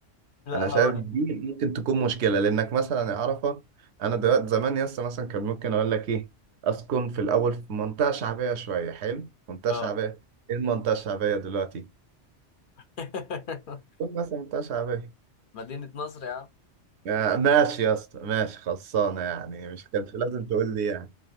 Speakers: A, on the left; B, on the right.
A: لا
B: انا شايف
A: هقول
B: دي
A: لك
B: ممكن تكون مشكله لانك مثلا يا عرفه انا دلوقتي زمان يس مثلا كان ممكن اقول لك ايه اسكن في الاول في منطقه شعبيه شويه حلو منطقه
A: اه
B: شعبيه ايه المنطقه الشعبيه دلوقتي
A: <laughs>
B: قول مثلا منطقه شعبيه
A: مدينه نصر يا عم
B: آه، ماشي يا اسطى ماشي خلصانه يعني مش كانش لازم تقول لي يعني